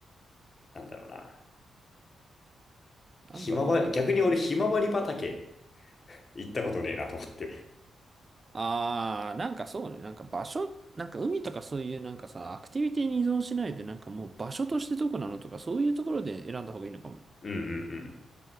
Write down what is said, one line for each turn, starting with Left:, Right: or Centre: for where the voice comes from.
Left: なんだろうな、
Right: なんだろうな、
Left: ひまわり、逆に俺ひまわり畑
Right: 日本国内。
Left: 行ったことねえなと思って。
Right: あー、なんかそうね、なんか場所、なんか海とかそういうなんかさ、アクティビティに依存しないで、なんかもう場所としてどこなのとか、そういうところで選んだ方がいいのかも。っ
Left: うんうんうん。